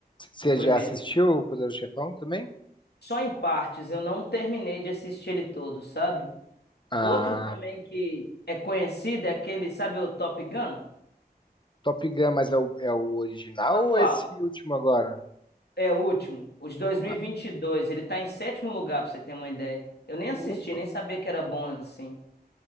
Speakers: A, on the left (about 30°); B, on the left (about 85°).
A: Você
B: O primeiro.
A: já assistiu o Poderoso Chefão também?
B: Só em partes, eu não terminei de assistir ele todo, sabe?
A: Ah.
B: Outro também que é conhecido é aquele, sabe o Top Gun?
A: Top Gun, mas é o, é o original
B: O atual,
A: ou é esse último agora?
B: é o último, o de dois, mil
A: Ah,
B: e vinte e dois. Ele tá em sétimo lugar, pra você ter uma ideia. Eu nem assisti,
A: opa.
B: nem sabia que era bom assim.